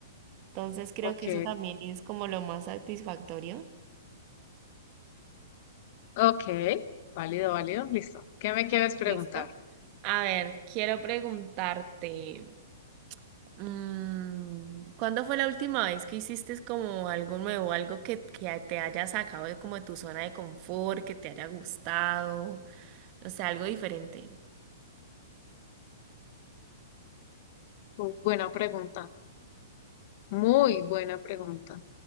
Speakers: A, on the right; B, on the left.
A: Entonces creo
B: Ok,
A: que eso también es como lo más satisfactorio.
B: ok. Válido, válido. Listo. ¿Qué me quieres preguntar?
A: ¿Listo? A ver, quiero preguntarte. Mm, ¿cuándo fue la última vez que hiciste como algo nuevo, algo que, que te haya sacado de como de tu zona de confort, que te haya gustado, no sé, algo diferente?
B: Uh, Buena pregunta. Muy buena pregunta.